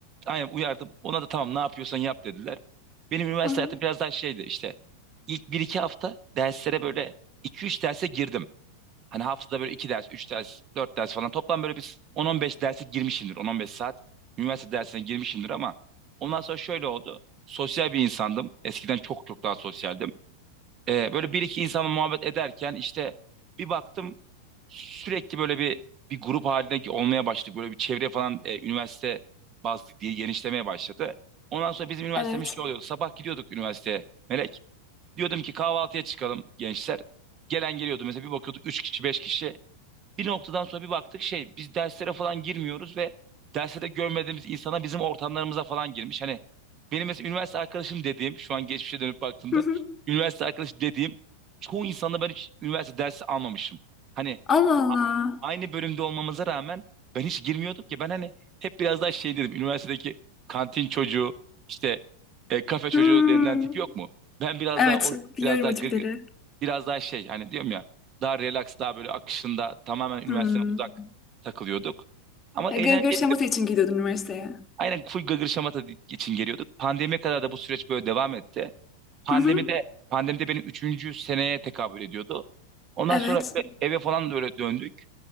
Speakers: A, on the right; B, on the left.
A: Aynen uyardım. Ona da tamam ne yapıyorsan yap dediler. Benim üniversite
B: Hı hı.
A: hayatım biraz daha şeydi işte. İlk bir iki hafta derslere böyle iki üç derse girdim. Hani haftada böyle 2 ders, 3 ders, 4 ders falan. Toplam böyle bir 10-15 derse girmişimdir. 10-15 saat üniversite dersine girmişimdir ama ondan sonra şöyle oldu. Sosyal bir insandım. Eskiden çok çok daha sosyaldim. Ee, böyle bir iki insanla muhabbet ederken işte bir baktım sürekli böyle bir bir grup halinde olmaya başladık. Böyle bir çevre falan e, üniversite bazlı diye genişlemeye başladı. Ondan sonra bizim üniversitemiz
B: Evet.
A: şey oluyordu. Sabah gidiyorduk üniversiteye Melek. Diyordum ki kahvaltıya çıkalım gençler. Gelen geliyordu. Mesela bir bakıyorduk 3 kişi 5 kişi. Bir noktadan sonra bir baktık şey biz derslere falan girmiyoruz ve derslerde görmediğimiz insana bizim ortamlarımıza falan girmiş. Hani benim mesela üniversite arkadaşım dediğim şu an geçmişe dönüp baktığımda
B: Hı hı.
A: üniversite arkadaşı dediğim çoğu insanla ben hiç üniversite dersi almamışım. Hani
B: Allah Allah.
A: a- aynı bölümde olmamıza rağmen ben hiç girmiyordum ki ben hani hep biraz daha şey dedim üniversitedeki kantin çocuğu işte e, kafe çocuğu
B: Hmm.
A: denilen tip yok mu? Ben biraz
B: Evet,
A: daha o
B: biliyorum
A: biraz daha
B: o
A: gır,
B: tipleri.
A: biraz daha şey hani diyorum ya daha relax daha böyle akışında tamamen üniversiteden
B: Hmm.
A: uzak takılıyorduk. Ama
B: Ya,
A: eğlenceli
B: Gırgır şamata
A: de
B: için gidiyordun üniversiteye.
A: Aynen full gırgır şamata için geliyorduk. Pandemiye kadar da bu süreç böyle devam etti. Pandemide
B: Hı hı.
A: pandemide benim üçüncü seneye tekabül ediyordu. Ondan
B: Evet.
A: sonra böyle eve falan da öyle döndük.